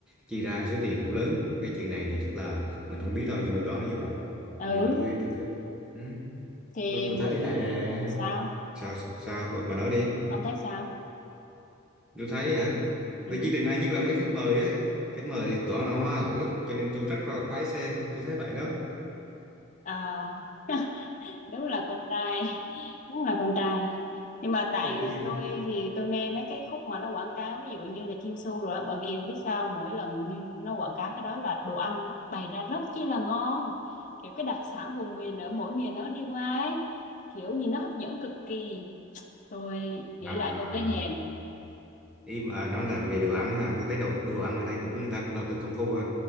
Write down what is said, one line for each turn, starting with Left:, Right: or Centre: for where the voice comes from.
Centre: chi ra số tiền cũng lớn cái chuyện này thì chắc là mình không biết thôi nhưng mình đoán là như vậy
Left: ừ
Centre: thì tôi tôi thấy ừ,
Left: thì
Centre: tôi tôi
Left: một
Centre: thấy thế này nè
Left: sao
Centre: sao sao bà, bà nói đi
Left: ông thấy sao
Centre: tôi thấy hả
Left: ừ
Centre: tôi chỉ định hay nhất là mấy khách mời ấy khách mời toàn là hoa hậu ấy cho nên tôi rất là khoái xem tôi thấy vậy đó
Left: à đúng là con trai đúng là con trai nhưng mà tại
Centre: Ê, yêu
Left: tôi thì tôi mê mấy cái khúc mà nó quảng cáo ví dụ như là Chinsu rồi á. bởi vì không biết sao mỗi lần như nó quảng cáo cái đó là đồ ăn nó bày ra rất chi là ngon kiểu cái đặc sản vùng miền ở mỗi miền nó đi qua ấy kiểu gì nó hấp dẫn cực kỳ tôi nghĩ
Centre: à
Left: lại tôi thấy thèm
Centre: ý bà nói là về đồ ăn hả tôi thấy đồ đồ ăn ở đây cũng người ta cũng đầu tư công phu à.